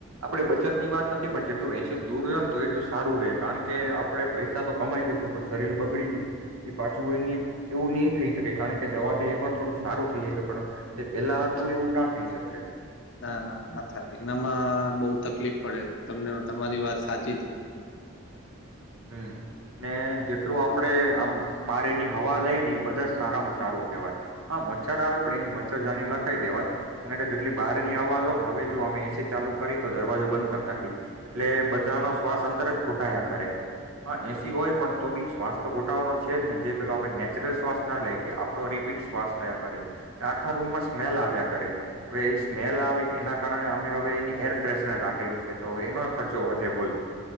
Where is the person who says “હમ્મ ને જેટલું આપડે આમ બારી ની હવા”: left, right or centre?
Right